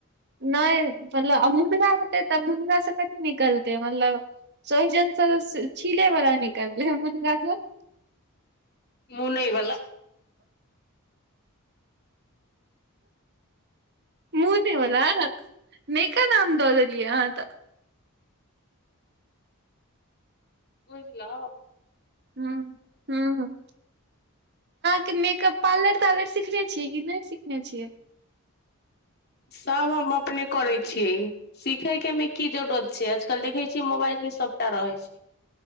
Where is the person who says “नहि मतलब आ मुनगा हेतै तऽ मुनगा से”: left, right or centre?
Right